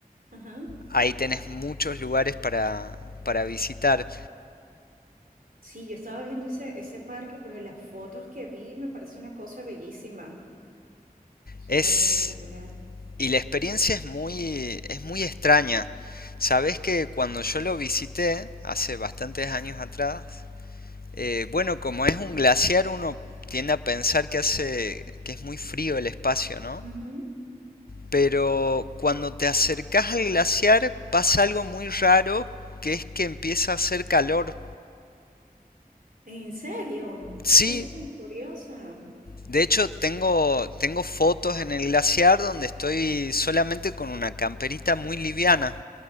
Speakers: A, on the right; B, on the left.
A: ajá.
B: ahí tenés muchos lugares para, para visitar.
A: Sí, yo estaba viendo ese, ese parque, pero las fotos que vi me parece una cosa bellísima, súper
B: Es,
A: espectacular.
B: y la experiencia es muy, es muy extraña. Sabés que cuando yo lo visité, hace bastantes años atrás, Eh, bueno, como es un glaciar, uno tiende a pensar que hace que es muy frío el espacio, ¿no?
A: Ujú.
B: Pero cuando te acercas al glaciar pasa algo muy raro, que es que empieza a hacer calor.
A: ¿En serio?
B: Sí,
A: ¿Qué cosa tan curiosa?
B: de hecho tengo tengo fotos en el glaciar donde estoy solamente con una camperita muy liviana.